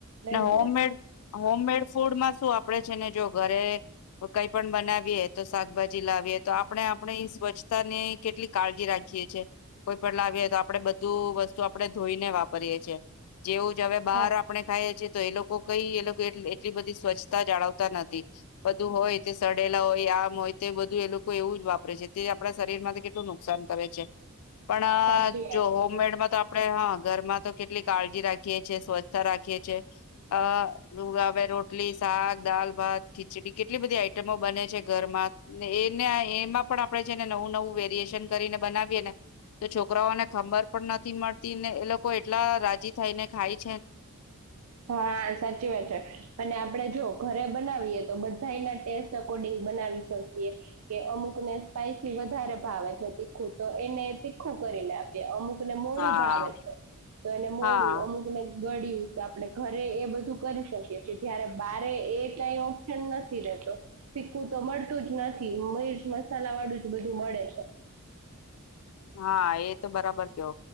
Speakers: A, on the left (about 80°); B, on the right (about 75°).
A: ના
B: જ
A: હોમમેડ
B: ને
A: હોમમેડ ફૂડ માં શું આપડે છે ને જો ઘરે કાંઈ પણ બનાવીએ તો શાકભાજી લાવીએ તો આપડે આપણી સ્વછતાને કેટલી કાળજી રાખીએ છે કઈ પણ લાગે તો આપડે બધું વસ્તુ આપડેં ધોઇ ને વાપરીએ છે જે જે હવે બહાર
B: હા
A: આપડણે ખાઈએ છીએ તો એ લોકો કઈ એ લોકો એટલી બધી સ્વચ્છતા જાળવતા નથી બધું હોય તે સડેલા હોય આમ હોય તે બધું એ લોકો એવું જ વાપરે છે તે આપણા શરીર માં કેટલું નુકસાન કરે છે પણ
B: સાચી વાત
A: જો હોમમેડમાં
B: છે
A: તો આપડણે હા ઘરમાં તો કેટલી કાળજી રાખી રાખીએ છે સ્વચ્છ રાખીએ છે અ હવે રોટલી, શાક, દાલ, ભાત, ખીચડી કેટલી બધી આઈટમો બને છે ઘરમાંને એને એમાં પણ આપણે છેને નવું નવું વેરિએેશન કરીને બનાવીએ ને તો છોકરાઓને ખંબર પણ નથી મળતી ને એ લોકો એટલા રાજી થાયને ખાઇ
B: હા સાચી વાત છે અને આપડે જો ઘરે બનાવીએ તો બધા એના ટેસ્ટ અકોર્ડિંગ બનાવી શકીએ કે અમુક ને સ્પાઈસી વધારે ભાવે છે તીખું તો એને તીખું કરીને આપીએ અમુક અમુક ને મોડું
A: હા
B: ભાવે છે તો એને મોડું
A: હા
B: અમુક ને ગળ્યું તો આપડે ઘરે એ બધું કરી શકીએ છે જયારે બારે એ કઈ ઓપ્શન નથી રેતો શીખવું તો મળતું જ નથી મિર્ચ મસાલા વાળું જ બધું મળે છે.
A: હા એ તો બરાબર ક્યો